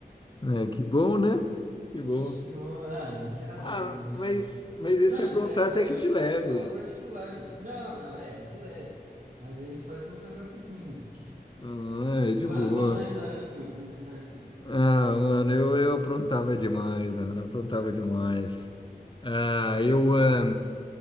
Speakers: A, on the left; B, on the right.
A: É, que bom, né? Que bom.
B: <laughs> Que, bom. ah, a gente era
A: Ah,
B: doido, né? Mas
A: mas,
B: Não.
A: mas esse
B: Mano,
A: aprontar
B: isso era,
A: até
B: aí
A: que
B: eu
A: te
B: estudava
A: leve.
B: em escola particular, mano. Não, não, é, de leve. Mas a gente fazia uns negócios assim, velho.
A: Ah, é de
B: Bom,
A: boa.
B: conta uma história sua, conta uma história sua.
A: Ah, mano, eu, eu aprontava demais, mano. Aprontava demais. Ah, eu, ah,